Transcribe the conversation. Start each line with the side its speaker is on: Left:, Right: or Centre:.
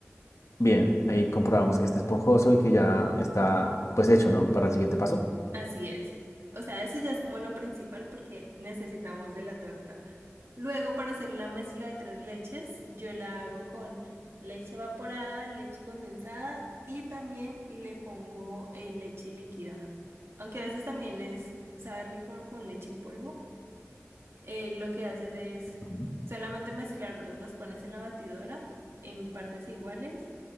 Left: Bien, ahí comprobamos que está esponjoso y que ya está pues hecho, ¿no? Para el siguiente paso.
Right: Así es. O sea, eso ya es como lo principal porque necesitamos de la torta. Luego, para hacer la mezcla de tres leches, yo la hago con leche evaporada, leche condensada y también le pongo eh, leche líquida. Aunque a veces también es, sabe rico con leche en polvo. eh, lo que haces es
Left: Ujú.
Right: solamente mezclarlos, los pones en la batidora en partes iguales